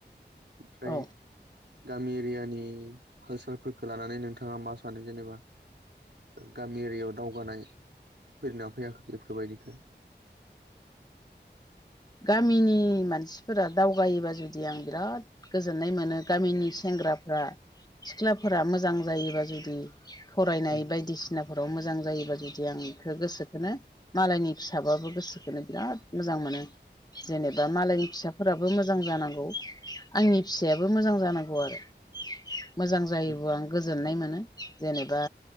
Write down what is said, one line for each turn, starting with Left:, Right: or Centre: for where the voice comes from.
Right: ओमफ्राय
Left: औ
Right: गामि एरियानि हाल-सालफोरखौ लानानै नोंथाङा मा सानो जेनेबा? गामि एरियायाव दावगानाय फैदोंना फैयाखै बेफोरबायदिखौ
Left: गामिनि मानसिफोरा दावगायोबा जु दि आं बिराद गोजोननाय मोनो गामिनि सेंग्राफ्रा सिख्लाफोरा मोजां जायोबा जुदि फरायनाय
Right: उम
Left: बायदिसिनाफोराव मोजां जायोबा जुदि आं इखो गोसोखोनो मालायनि फिसाबाबो गोसोखोनो बिराद मोजां मोनो जेनेबा मालायनि फिसाफोराबो मोजां जानांगौ आंनि फिसायाबो मोजां जानांगौ आरो। मोजां जायोबो
Right: उम
Left: आं गोजोननाय मोनो। जेनेबा